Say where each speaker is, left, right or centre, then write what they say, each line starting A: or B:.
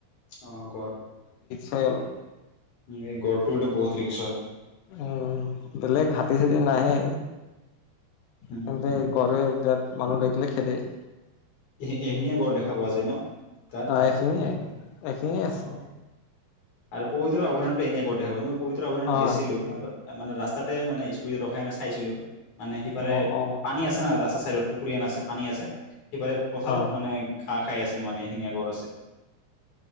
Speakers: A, on the left (about 50°); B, on the left (about 85°).
A: অ গড় ৷
B: খেলো <unintelligible>
A: উ এই গড়টো বহুত ৰিকচ হয়৷
B: উম, বেলেগ হাতী-চাতি নাহে।
A: উম
B: তেন্ত ঘৰে শুই থাক মানুহ দেখিলে খেদে ৷
A: এখিঙি -এশিঙীয়া গঁড় দেখা পোৱা যায় ন? তাত
B: অ' এশিঙীয়াই, এশিঙীয়া আছে।
A: অ আৰু পবিত্ৰ অভয়াৰণ্যতো এশিঙীয়া গঁড় দেখা পায়, মই পবিতৰা অভয়াৰণ্যত
B: অ
A: গেছিলো,
B: সেইটো
A: মানে-মানে ৰাস্তাতে মানে স্কুলত ৰখাইনে চাইছিলো! মানে সিপাৰে
B: অ অ
A: পানী আছে ন ৰাস্তাৰ চাইডত পুখুৰী হেন আছে আনি আছে সিফালে পথাৰত
B: অ
A: মানে ঘাঁহ খাই আছিল মানে শিঙা গড় আছে